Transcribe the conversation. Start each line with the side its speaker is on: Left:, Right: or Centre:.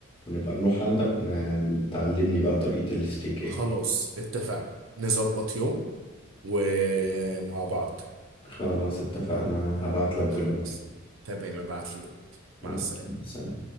Left: ونبقى نروح عندك ن- تعلمني بقى طريقة الستيك ايه
Right: خلاص اتفقنا نظبط يوم ومع بعض
Left: خلاص اتفقنا هبعت لك دلوقتي
Right: خلاص تمام ابعت لي دلوقتي
Left: ماشي
Right: مع السلامة
Left: سلام